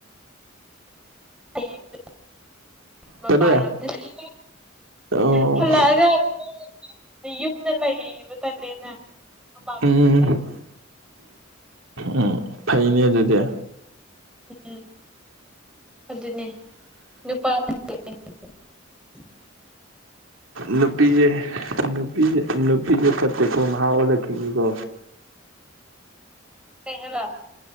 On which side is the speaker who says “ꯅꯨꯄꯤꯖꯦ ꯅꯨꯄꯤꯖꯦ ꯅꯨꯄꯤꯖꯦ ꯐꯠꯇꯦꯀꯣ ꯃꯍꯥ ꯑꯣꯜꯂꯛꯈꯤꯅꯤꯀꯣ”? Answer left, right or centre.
Right